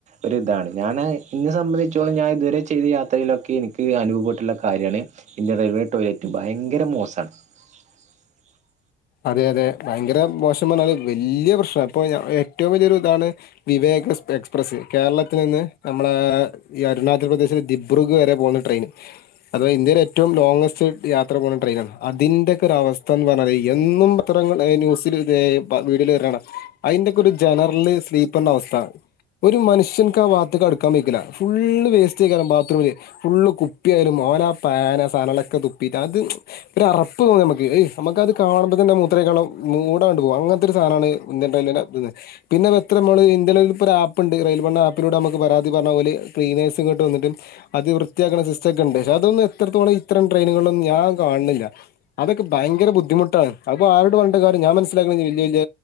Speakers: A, on the right (about 35°); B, on the left (about 50°).
A: ഒരു ഇതാണ് ഞാൻ എന്നെ സംബന്ധിച്ചോളം ഞാൻ ഇതുവരെ ചെയ്ത യാത്രയിലൊക്കെ എനിക്ക് അനുഭവപ്പെട്ടിട്ടുള്ള കാര്യാണ് ഇന്ത്യടെ റെയിൽവേ ടോയ്ലറ്റ് ഭയങ്കര മോശം. <unintelligible>
B: അതെ അതെ ഭയങ്കര മോശം പറഞ്ഞാല് വലിയ പ്രശ്നം അപ്പൊ ഞാൻ ഏ ഏറ്റവും വലിയൊരു ഇതാണ് വിവേക എക്സ് എക്സ്പ്രസ് കേരളത്തിൽ നിന്ന് നമ്മളെ ഈ അരുണാചൽ പ്രദേശിലെ ദിബ്രുഗ് വരെ പോകുന്ന ട്രെയിൻ അതവ ഇന്ത്യയിലെ ഏറ്റവും ലോംഗസ്റ്റ് യാത്ര പോകുന്ന ട്രെയിനാണ്, അതിന്റെയൊക്കെ ഒരു അവസ്ഥ എന്ന് പറഞ്ഞാൽ ഈ എന്നും പത്രങ്ങൾ ഏ ന്യൂസിൽ ദേ വീഡിയോൽ വരുന്ന കാണാം അതിന്റെയൊക്കെ ഒരു ജനറൽ സ്ലീപ്പറിന്റെ അവസ്ഥ ഒരു മനുഷ്യൻക്ക് ആ ഭാഗത്തേക്ക് അടുക്കാൻ വയ്ക്കില്ല ഫുള്ള് വേസ്റ്റ് ചെയാലും ബാത്റൂമില് ഫുള്ള് കുപ്പിയായാലും ഓലാ ആ പാന് സാധനങ്ങളൊക്കെ തുപ്പിട്ട് അത് ഒരു അറപ്പ് തോന്നും നമുക്ക് ഏയ് നമുക്കത് കാണുമ്പോ തന്നെ മൂത്രോഴിക്കാള്ള മൂടങ്ങട്ട് പോകും അങ്ങനത്തെ ഒരു സാധനമാണ് ഇന്ത്യൻ റെയിൽവെ ലകത്ത്ന്ന് പിന്നെ എത്ര നമ്മൾ ഇന്ത്യയി ഒരു ആപ്പ് ഉണ്ട് റെയിൽവെന്റെ ആപ്പിലൂടെ നമുക്ക് പരാതി പറഞ്ഞ ഓല് ക്ലീനേഴ്സുങ്ങട്ട് വന്നിട്ടു അത് വൃത്തിയാക്കുന്ന സിസ്റ്റം ഒക്ക ഉണ്ട് പക്ഷെ അതൊന്നും എത്രത്തോളം ഇത്തരം ട്രെയിനുകളൊന്നും ഞാൻ കാണുന്നില്ല അതൊക്കെ ഭയര ബുദ്ധിമു ട്ടൊ അപ്പൊ ആരോട് പറഞ്ഞിട്ട് കാര്യം ഞാൻ മനസ്സിലാക്കണ വല്യ വല്യ